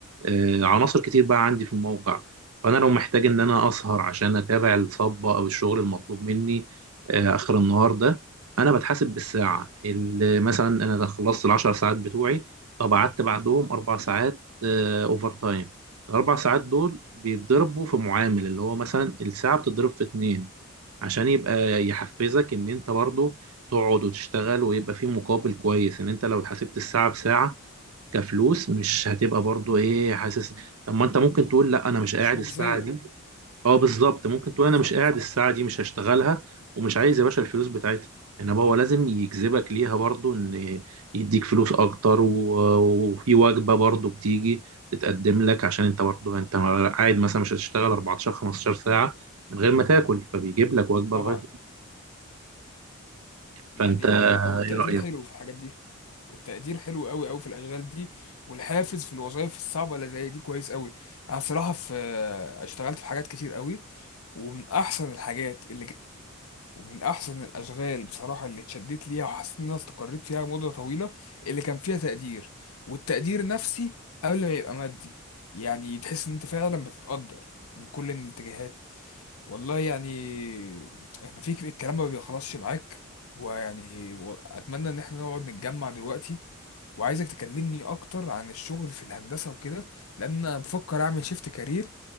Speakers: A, on the right; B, on the left.
A: آه، عناصر كتير بقى عندي في الموقع فانا لو محتاج ان انا اسهر عشان اتابع الصبه او الشغل المطلوب مني آه، اخر النهار ده انا بتحاسب بالساعه اللي مثلا انا لو خلصت العشر ساعات بتوعي طب قعدت بعدهم اربع ساعات آه، اوفر تايم الاربع ساعات دول بيتضربوا في معامل اللي هو مثلا الساعه بتضرب في اتنين عشان يبقى يحفزك ان انت برضو تقعد وتشتغل ويبقى في مقابل كويس ان انت لو حسبت الساعه بساعه كفلوس مش هتبقى برضو ايه حاسس طب ما انت ممكن تقول لا انا مش قاعد
B: مش مجزية
A: الساعه دي اه بالظبط ممكن تقول
B: بالظبط
A: انا مش قاعد الساعه دي مش هشتغلها ومش عايز يا باشا الفلوس بتاعتها انما هو لازم يجذبك ليها برضو ان يديك فلوس اكتر و- وفي وجبه برضو بتيجي تتقدم لك عشان انت برضو انت قاعد مثلا مش هتشتغل 14 15 ساعه من غير ما تاكل فبيجيب لك وجبه
B: طبعا
A: لغايه
B: يعني
A: فانت ايه
B: لا هو التقدير
A: رايك
B: حلو في الحاجات دي التقدير حلو قوي قوي في الاشغال دي والحافز في الوظائف الصعبه اللي زي دي كويس قوي انا صراحه في اشتغلت في حاجات كتير قوي ومن احسن الحاجات اللي ج- ومن احسن الاشغال بصراحه اللي اتشدت ليها وحسيت ان انا استقريت فيها مده طويله اللي كان فيها تقدير والتقدير نفسي قبل ما يبقى مادي يعني تحس ان انت فعلا بتتقدر من كل الاتجاهات والله يعني احنا في ك- الكلام ما بيخلصش معاك ويعني و- اتمنى ان احنا نقعد نتجمع دلوقتي وعايزك تكلمني اكتر عن الشغل في الهندسة وكده لان انا بفكر اعمل شيفت كارير